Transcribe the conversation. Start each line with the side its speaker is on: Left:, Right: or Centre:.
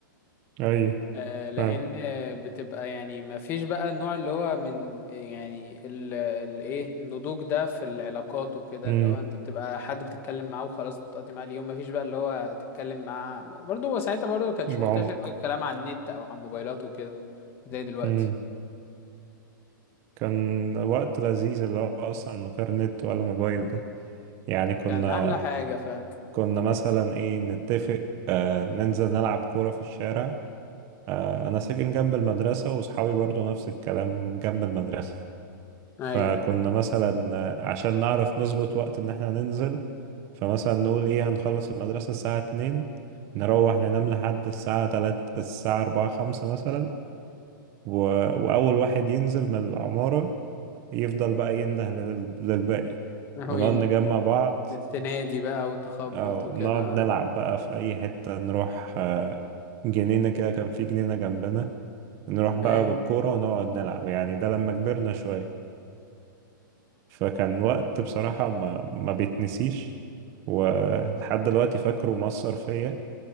Right: اي
Left: آه، لان
Right: فعلا
Left: بتبقى يعني ما فيش بقى النوع اللي هو من يعني ال ال- ايه النضوج ده في العلاقات وكده
Right: امم
Left: اللي هو انت بتبقى حد بتتكلم معاه وخلاص بتقضي معاه اليوم ما فيش بقى اللي هو تتكلم معاه برضه هو ساعتها برضه ما كانش
Right: بعمق
Left: منتشر قوي الكلام على النت او على الموبايلات وكده زي دلوقتي
Right: امم كان وقت لذيذ اللي هو اصلا من غير نت ولا موبايل ده يعني كنا
Left: كان احلى حاجة فعلا
Right: كنا مثلا ايه نتفق آه ننزل نلعب كورة في الشارع آه انا ساكن جنب المدرسة واصحابي برضو نفس الكلام جنب المدرسة فكنا
Left: ايوه
Right: مثلا آه، عشان نعرف نظبط وقت ان احنا ننزل فمثلا نقول ايه هنخلص المدرسة الساعة اتنين نروح ننام لحد الساعة تلات الساعة أربعة خمسة مثلا و... وأول واحد ينزل من العمارة يفضل بقى ينده لل... للباقي
Left: <laughs> هو
Right: ونقعد نجمع بعض
Left: تنادي بقى وتخبط
Right: أو
Left: وكده
Right: نقعد
Left: اه
Right: نلعب بقى في أي حتة نروح آه، جنينة كده كان في جنينة جنبنا نروح بقى
Left: ايوه
Right: بالكورة ونقعد نلعب يعني ده لما كبرنا شوية فكان وقت بصراحة ما, ما بيتنسيش ولحد دلوقتي فاكره مأثر فيا